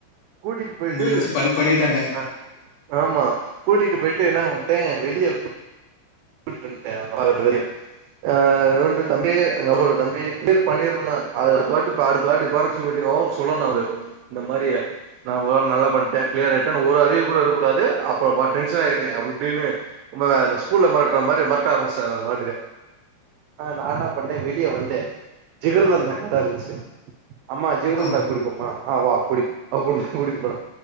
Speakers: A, on the right; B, on the left.
A: கூட்டிட்டு போய்ட்டு
B: உங்கள வச்சு ஃபன் பண்ணிட்டாங்க
A: அ ஆமா கூட்டிட்டு போய்ட்டு என்னா வந்ட்டே வெளியவ் விட் வந்ட்டே <inaudible> வெரி குட் அ ரண்டு தம்பி அங்க ஒரு தம்பி க்ளிர் பண்ணிருன்னா அத் அடுத்த வாட்டிப் பா அடுத்த வாட்டி பாறாஸ்டிவ் மீட்டிங் வரு சொல்லணு அவ்ரு இந்த மாரிய நா வு நல்லா படுச்சே க்ளியர் ஆய்ட்டனு ஒரு அரியர் கூட இருக் கூடாது அப்ப பார் டென்ஸன் ஆய்ருவே அப்டு இப்டின்னு ஒம்பதாதஸ் ஸ்கூல்ல மெரட்டுற மாரி மெரட்ட ஆரம்பிச்சிட்டாரு அவரு பாட்டுக்கு நா என்ன பண்ணே வெளிய வந்து ஜிகிருதான்டா கட இருந்துச்சு அம்மா ஜிகிருதான்டா
B: ஆமா
A: குடிப்போமா ஆ அவ அப்படி அவ குடி குடிபோ